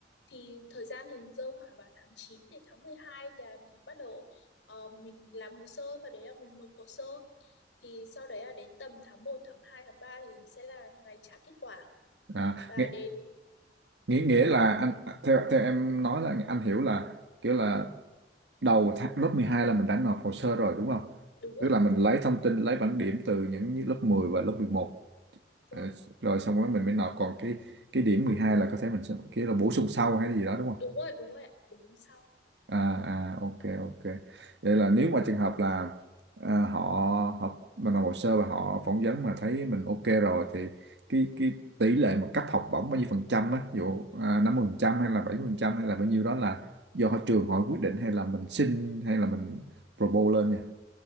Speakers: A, on the left; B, on the right.
A: Thì thời gian thì rơi khoảng vào tháng 9 đến tháng 12 là mình bắt đầu ờ, mình làm hồ sơ và đấy là mình nộp hồ sơ. Thì sau đấy là đến tầm tháng một tháng hai tháng 3 thì sẽ là ngày trả kết quả.
B: À,
A: Và
B: nghĩa,
A: đến,
B: nghĩa nghĩa là anh theo theo em nói là anh hiểu là kiểu là đầu tháng, lớp 12 là mình đã nộp hồ sơ rồi đúng không?
A: đúng
B: Tức
A: ạ,
B: là mình lấy thông tin lấy bảng điểm từ những lớp 10 và lớp 11
A: vâng,
B: ờ, rồi xong rồi mình mới nộp còn cái cái điểm 12 là có thể mình sẽ kiểu là bổ sung sau hay gì đó đúng
A: đúng rồi, đúng rồi, ạ, đúng sau.
B: à à ok ok vậy là nếu mà trường hợp là à, họ họ mình làm hồ sơ và họ phỏng vấn mà thấy mình ok rồi thì cái cái tỷ lệ mà cấp học bổng bao nhiêu phần trăm á ví dụ à, 50 phần trăm hay là 70 phần trăm hay là bao nhiêu đó là do họ trường họ quyết định hay là mình xin hay là mình propose lên nha